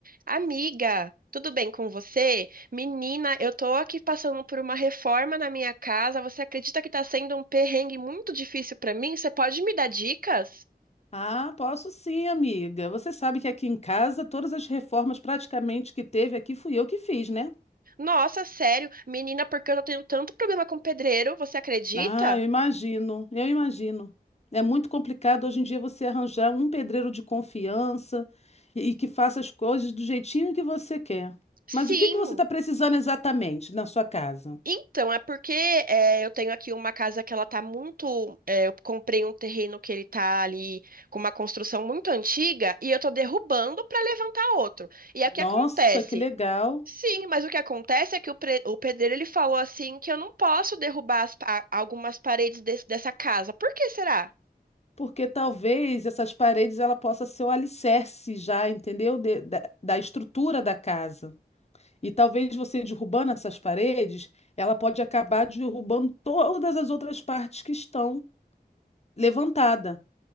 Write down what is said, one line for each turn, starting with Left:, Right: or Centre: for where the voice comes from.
Right: Amiga, tudo bem com você? Menina, eu tô aqui passando por uma reforma na minha casa. Você acredita que tá sendo um perrengue muito difícil pra mim? Você pode me dar dicas?
Left: Ah, posso sim, amiga. Você sabe que aqui em casa todas as reformas praticamente que teve aqui fui eu que fiz, né?
Right: Nossa, sério, menina, porque eu tô tendo tanto problema com pedreiro, você acredita?
Left: Ah, eu imagino, eu imagino. É muito complicado hoje em dia você arranjar um pedreiro de confiança e, e que faça as coisas do jeitinho que você quer.
Right: Sim.
Left: Mas o que que você está precisando exatamente na sua casa?
Right: Então, é porque é, eu tenho aqui uma casa que ela tá muito. é, eu comprei um terreno que ele tá ali com uma construção muito antiga e eu tô derrubando para levantar outro. E aí
Left: Nossa,
Right: o que acontece?
Left: que legal!
Right: Sim, mas o que acontece é que o, pre- o pedreiro ele falou assim que eu não posso derrubar as pa- algumas paredes desse- dessa casa. Por que será?
Left: Porque talvez essas paredes ela possa ser o alicerce já, entendeu? De- da da estrutura da casa. E talvez você derrubando essas paredes, ela pode acabar derrubando todas as outras partes que estão levantadas.